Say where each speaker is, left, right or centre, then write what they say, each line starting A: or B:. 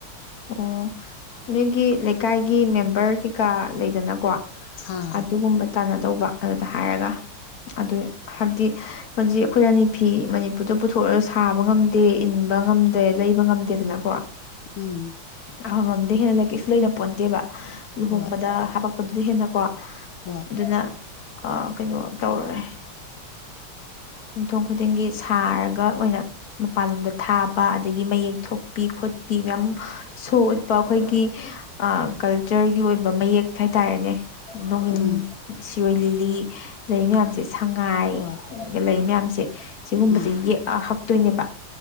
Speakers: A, on the left; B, on the left.
A: ꯑꯣ ꯅꯣꯏꯒꯤ ꯂꯩꯀꯥꯏꯒꯤ ꯃꯦꯝꯕꯔ ꯀꯩꯀꯥ ꯂꯩꯗꯅꯀꯣ
B: ꯑꯥ ꯑꯣ
A: ꯑꯗꯨꯒꯨꯝꯕ ꯇꯥꯟꯅꯗꯧꯕ ꯑꯗꯨꯗ ꯍꯥꯏꯔꯒ ꯑꯗꯨ ꯍꯥꯏꯕꯗꯤ ꯍꯧꯖꯤꯛ ꯑꯩꯈꯣꯏ ꯔꯅꯤ ꯐꯤ ꯃꯅꯤꯄꯨꯔꯗ ꯄꯨꯊꯣꯛꯑꯒ ꯁꯥꯕ ꯉꯝꯗꯦ ꯏꯟꯕ ꯉꯝꯗꯦ ꯂꯩꯕ ꯉꯝꯗꯦꯗꯅꯀꯣ
B: ꯎꯝ
A: ꯑꯃꯥꯉꯝꯗꯩ ꯍꯦꯟꯅ ꯂꯩ ꯀꯩꯁꯨ ꯂꯩꯅ ꯄꯣꯟꯇꯦꯕ ꯂꯨꯍꯣꯡꯕꯗ
B: ꯍꯣꯏ
A: ꯍꯥꯄꯛꯄꯗꯨꯗꯤ ꯍꯦꯟꯅꯀꯣ
B: ꯍꯣꯏ
A: ꯑꯗꯨꯅ ꯀꯩꯅꯣ ꯇꯧꯔꯨꯔꯦ ꯌꯨꯝꯊꯣꯡ ꯈꯨꯗꯤꯡꯒꯤ ꯁꯥꯔꯒ ꯑꯣꯏꯅ ꯃꯄꯥꯟꯂꯣꯝꯗ ꯊꯥꯕ ꯑꯗꯒꯤ ꯃꯌꯦꯛ ꯊꯣꯛꯄꯤ ꯈꯣꯠꯄꯤ ꯃꯌꯥꯝ ꯁꯣ ꯎꯠꯄ ꯑꯩꯈꯣꯏꯒꯤ ꯀꯜꯆꯔꯒꯤ ꯑꯣꯏꯕ ꯃꯌꯦꯛ ꯍꯥꯏꯇꯥꯔꯦꯅꯦ ꯅꯣꯡꯏꯟ
B: ꯎꯝ
A: ꯁꯤꯔꯣꯏ ꯂꯤꯂꯤ ꯂꯩ ꯃꯌꯥꯝꯁꯦ ꯁꯉꯥꯏ
B: ꯍꯣꯏ
A: ꯂꯩ ꯃꯌꯥꯝꯁꯦ ꯁꯤꯒꯨꯝꯕꯁꯦ
B: ꯎꯝ
A: ꯌꯦꯛ ꯍꯛꯇꯣꯏꯅꯦꯕ